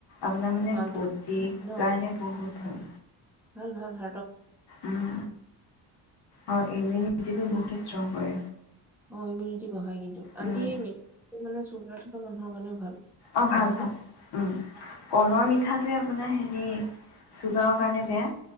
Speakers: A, on the left; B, in the centre.
A: আপোনাৰ মানে
B: মাল্টি
A: বডী
B: ন
A: কাৰণে বহুত ভাল।
B: ভাল ভাল হ
A: উম অ', এইনে তেওঁ ইমিউনিটি ষ্ট্ৰং কৰে।
B: অ', ইমিউনিটি বঢ়াই কিন্তু আনকি
A: উম,
B: ম মানে চুগাৰ থকা মানুহৰ কাৰণেও ভাল।
A: অ', ভাল
B: জানানে
A: ভাল উম কলৰ মিঠাতে আপোনাৰ হেৰি চুগাৰৰ কাৰণে বেয়া।